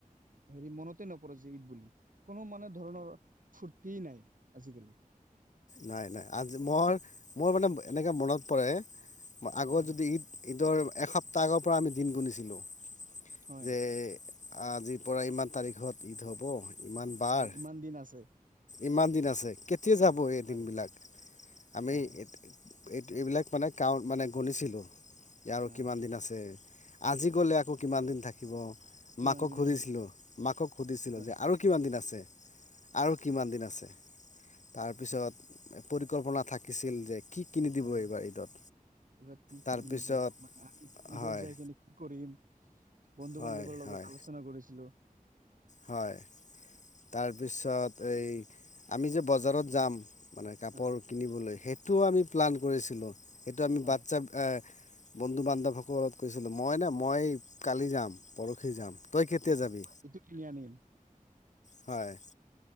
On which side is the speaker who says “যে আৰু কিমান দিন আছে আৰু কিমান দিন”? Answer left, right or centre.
Left